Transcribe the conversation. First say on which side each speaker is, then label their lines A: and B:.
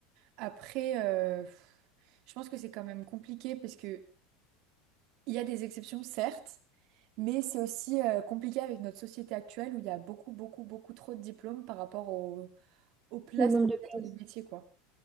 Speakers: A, on the right (about 60°); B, on the right (about 20°).
A: Après, euh, pff, je pense que c'est quand même compliqué parce que il y a des exceptions, certes, mais c'est aussi euh, compliqué avec notre société actuelle où il y a beaucoup, beaucoup, beaucoup trop de diplômes par rapport au- aux places
B: au nombre
A: qu'il
B: de places.
A: y a dans les métiers, quoi.